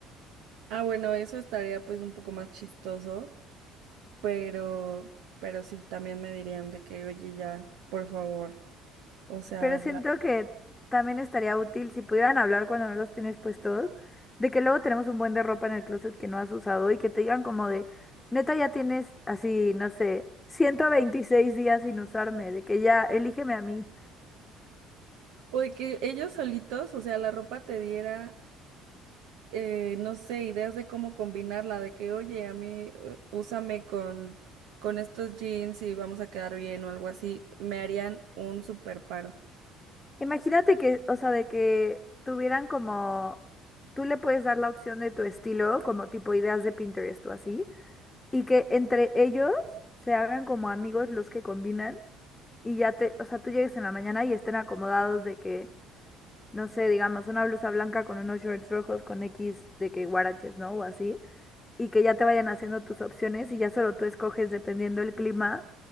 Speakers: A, on the right; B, on the left.
A: Ah, bueno, eso estaría pues un poco más chistoso. pero, pero sí, también me dirían de que, oye, ya, por favor, o sea,
B: Pero siento
A: la-
B: que también estaría útil si pudieran hablar cuando no los tienes puestos, de que luego tenemos un buen de ropa en el closet que no has usado y que te digan como de, neta ya tienes así, no sé, 126 días sin usarme, de que ya elígeme a mí.
A: o de que ellos solitos, o sea, la ropa te diera, eh, no sé, ideas de cómo combinarla, de que, oye, a mí, eh, úsame con, con estos jeans y vamos a quedar bien o algo así, me harían un super paro.
B: Imagínate que, o sea, de que tuvieran como, tú le puedes dar la opción de tu estilo, como tipo ideas de Pinterest o así, y que entre ellos se hagan como amigos los que combinan y ya te, o sea, tú llegues en la mañana y estén acomodados de que no sé, digamos, una blusa blanca con unos shorts rojos con X de que guaraches, ¿no? O así, y que ya te vayan haciendo tus opciones y ya solo tú escoges dependiendo el clima,